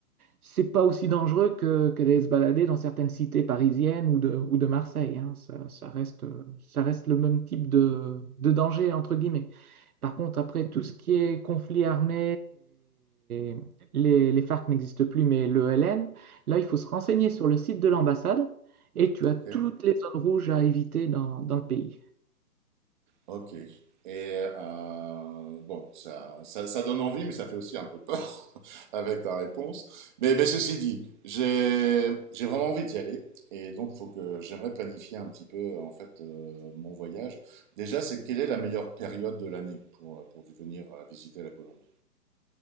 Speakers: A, on the right; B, on the right.
A: c'est pas aussi dangereux que, que d'aller se balader dans certaines cités parisiennes ou de, ou de Marseille. hein. Ça, ça reste, euh, ça reste le même type de, de danger, entre guillemets. Par contre, après, tout ce qui est conflit armé, et les, les FARC n'existent plus, mais le LN, là, il faut se renseigner sur le site de l'ambassade et tu as
B: Ok,
A: toutes les zones rouges à éviter dans, dans le pays.
B: ok. Et euh, bon, ça, ça, ça donne envie, mais ça fait aussi un peu peur <laughs> avec ta réponse. Mais, mais ceci dit, j'ai, j'ai vraiment envie d'y aller. Et donc, faut que j'aimerais planifier un petit peu en fait euh, mon voyage. Déjà, c'est quelle est la meilleure période de l'année pour, euh, pour venir euh, visiter la Colombie?